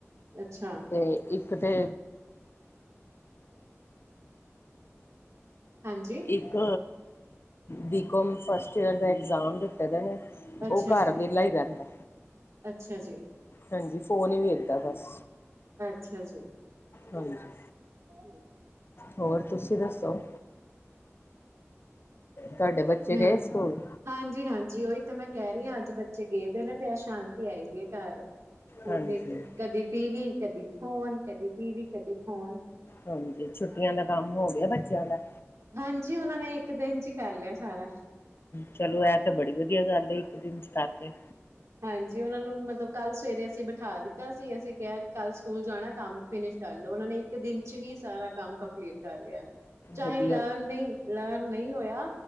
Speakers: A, on the right; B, on the left.
A: ਅੱਛਾ
B: ਤੇ ਇੱਕ ਤੇ।
A: ਹਾਂਜੀ।
B: ਇੱਕ ਬੀਕੌਮ ਫਸਟ ਈਅਰ ਦਾ ਐਗਜ਼ਾਮ ਦਿੱਤਾ ਆਂ ਨੇ।
A: ਅੱਛਾ
B: ਉਹ ਘਰ
A: ਜੀ
B: ਵੇਲਾ ਹੀ ਰਹੰਦਾ,
A: ਅੱਛਾ ਜੀ
B: ਹਾਂਜੀ ਫੋਨ ਹੀ ਵੇਖਦਾ ਬਸ।
A: ਅੱਛਾ ਜੀ।
B: ਹਾਂਜੀ ਸਰ।
A: ਹ <inaudible>
B: ਹੋਰ ਤੁਸੀਂ ਦੱਸੋ। ਤੁਹਾਡੇ ਬੱਚੇ
A: ਮੈਂ
B: ਗਏ ਸਕੂਲ।
A: ਹਾਂਜੀ, ਹਾਂਜੀ ਓਈ ਤਾਂ ਮੈਂ ਕੇ ਰੀਆ ਅੱਜ ਬੱਚੇ ਗਏ ਨੇ ਤੇ ਅਜ ਸ਼ਾਂਤੀ ਆਏਗੀ। ਕਰ ਨੀਂ
B: ਹਾਂਜੀ
A: ਤੇ ਕਦੀ ਟੀਵੀ ਕਦੀ ਫੋਨ ਕਦੀ ਟੀਵੀ ਕਦੀ ਫੋਨ।
B: ਹਾਂਜੀ, ਛੁੱਟੀਆਂ ਦਾ ਕੰਮ ਹੋ ਗਿਆ ਬੱਚਿਆਂ ਦਾ।
A: ਹਾਂਜੀ ਉਹਨਾਂ ਨੇ ਇੱਕ ਦਿਨ ਚ ਕਰ ਲਿਆ ਸਾਰਾ।
B: ਚਲੋ ਏ ਤੇ ਬੜੀ ਵਧੀਆ ਗੱਲ ਏ ਇੱਕ ਦਿਨ ਵਿਚ ਕਰ ਤੇ।
A: ਹਾਂਜੀ ਓਨਾਂ ਨੂੰ ਮਤਲਬ ਕੱਲ੍ਹ ਸਵੇਰੇ ਅਸੀਂ ਬਿਠਾ ਦਿੱਤਾ ਸੀ ਅਸੀਂ ਕਿਆ ਕੱਲ ਸਕੂਲ ਜਾਣਾ ਕੰਮ ਫਿਨਿਸ਼। ਚੱਲੋ ਉਹਨਾਂ ਨੇ ਇੱਕ ਦਿਨ ਚ ਹੀ ਸਾਰਾ ਕੰਮ ਕੰਪਲੀਟ ਕਰ ਲਿਆ। ਚਾਹੇ
B: ਵਧੀਆ
A: ਲਰਨ ਨਈ ਲਰਨ ਨਈ ਹੋਇਆ